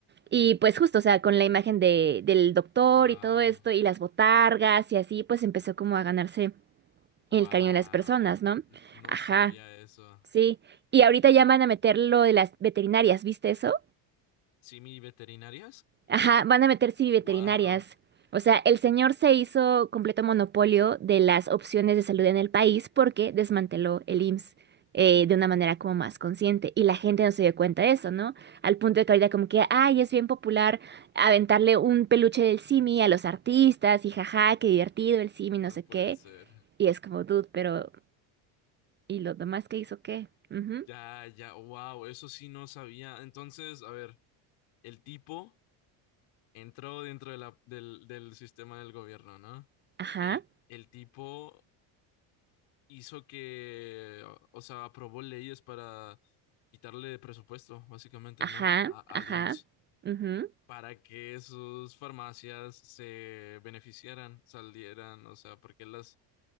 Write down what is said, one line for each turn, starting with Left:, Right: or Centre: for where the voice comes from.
Right: Y pues justo, o sea, con la imagen de, del doctor
Left: Wow.
Right: y todo esto y las botargas y así, pues empezó como a ganarse
Left: Wow.
Right: el cariño de las personas, ¿no?
Left: No
Right: Ajá,
Left: sabía eso.
Right: sí. Y ahorita ya van a meter lo de las veterinarias, ¿viste eso?
Left: ¿Simi veterinarias?
Right: Ajá, van a meter sí veterinarias.
Left: Wow.
Right: O sea, el señor se hizo completo monopolio de las opciones de salud en el país porque desmanteló el IMSS eh, de una manera como más consciente y la gente no se dio cuenta de eso, ¿no? Al punto de que ahorita como que, ay, es bien popular aventarle un peluche del Simi a los artistas y jaja, qué divertido el Simi, no
Left: No
Right: sé
Left: puede
Right: qué.
Left: ser.
Right: Y es como, dude, pero ¿y lo demás que hizo qué? Ujú,
Left: Ya, ya. Wow. Eso sí no sabía. Entonces, a ver, el tipo entró dentro de la, del, del sistema del gobierno, ¿no?
Right: Ajá,
Left: El, el tipo hizo que, o sea, aprobó leyes para quitarle presupuesto, básicamente,
Right: ajá,
Left: ¿no? A,
Right: ajá,
Left: al IMSS.
Right: ujú.
Left: para que sus farmacias se beneficiaran, salieran, o sea, porque las,